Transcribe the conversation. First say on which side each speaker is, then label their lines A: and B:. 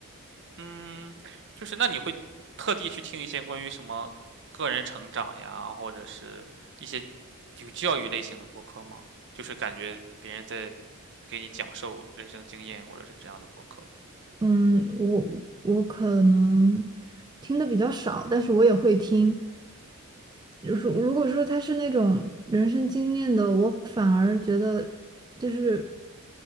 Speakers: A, on the right; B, on the right.
A: 嗯，就是那你会特地去听一些关于什么个人成长呀，或者是一些有教育类型的播客吗？就是感觉别人在给你讲授人生经验，或者是这样的播客。
B: 嗯，我我可能听的比较少，但是我也会听。就是如果说他是那种人生经验的，我反而觉得就是